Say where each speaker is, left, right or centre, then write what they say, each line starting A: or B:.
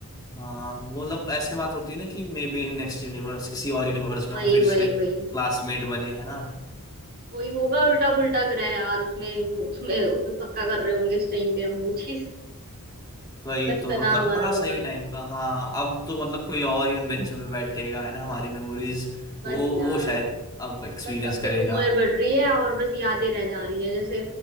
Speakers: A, on the left; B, on the right.
A: हाँ मतलब ऐसे बात होती है ना कि मे बी नेक्स्ट यूनिवर्स किसी और यूनिवर्स
B: वही
A: में हम फिर से
B: वही
A: क्लासमेट
B: वही
A: बने हैं ना
B: कोई होगा उल्टा पुल्टा ग्रह यार उसमें उसमें उसमें पक्का कर रहे होंगे इस टाइम पे हम वो चीज <laughs>
A: वही
B: बचपना
A: तो मतलब
B: हमारा
A: बड़ा
B: होगा
A: सही टाइम था हाँ अब तो मतलब कोई और ही उन बेंचों पे बैठेगा है ना हमारी मेमोरीज
B: बस
A: वो
B: यार
A: वो शायद अब एक्सपीरियंस
B: बस अब
A: करेगा
B: तो उम्र बढ़ रही है और बस यादें रह जा रही है जैसे